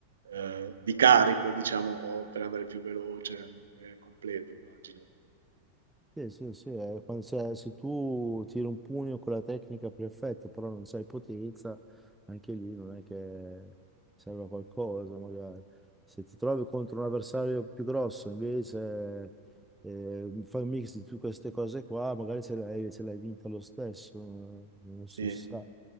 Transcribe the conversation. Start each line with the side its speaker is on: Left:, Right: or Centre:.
Right: ehm, di carico diciamo, o per andare più veloce, è completo immagino.
Centre: Sì, sì, sì, eh, quando- se, se tu tiri un pugno con la tecnica perfetta, però non sai potenza, anche lì non è che serve a qualcosa, magari. Se ti trovi contro un avversario più grosso, invece eh, fai un mix di tutte queste cose qua, magari ce l'hai ce l'hai vinta lo stesso, eh, non
Right: Sì.
Centre: si sa.